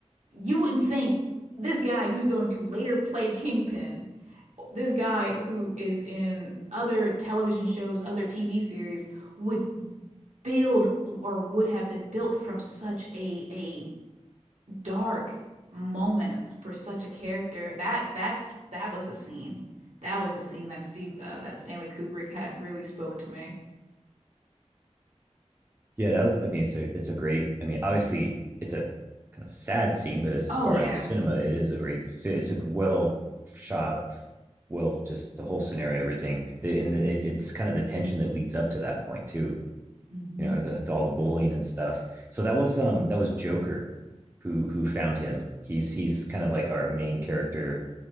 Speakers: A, on the right; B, on the right.
A: you wouldn't think this guy who's going to later play Kingpin, this guy who is in other television shows, other TV series, would build or would have been built from such a a dark moments for such a character. That that's that was a scene. That was a scene that Steve uh, that Stanley Kubrick had really spoke to me.
B: Yeah, that was. I mean, it's a it's a great. I mean, obviously, it's a kind of sad scene, but as
A: Oh
B: far
A: yeah.
B: as a cinema, it is a great fit. It's a well shot, well, just the whole scenario, everything. and it's kind of the tension that leads up to that point too
A: hmm
B: you know that's all the bullying and stuff so that was um that was joker who who found him he's he's kind of like our main character